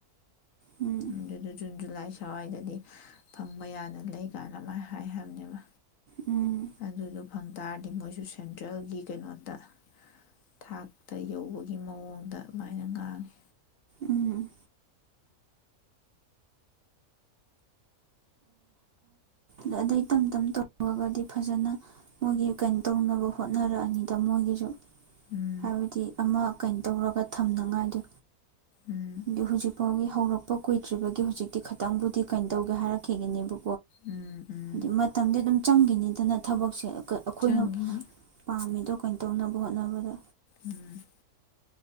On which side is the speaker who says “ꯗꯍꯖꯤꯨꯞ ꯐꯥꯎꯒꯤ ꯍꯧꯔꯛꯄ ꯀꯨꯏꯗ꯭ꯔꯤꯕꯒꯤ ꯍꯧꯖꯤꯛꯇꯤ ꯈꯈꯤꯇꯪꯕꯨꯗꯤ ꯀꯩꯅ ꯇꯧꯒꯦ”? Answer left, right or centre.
Right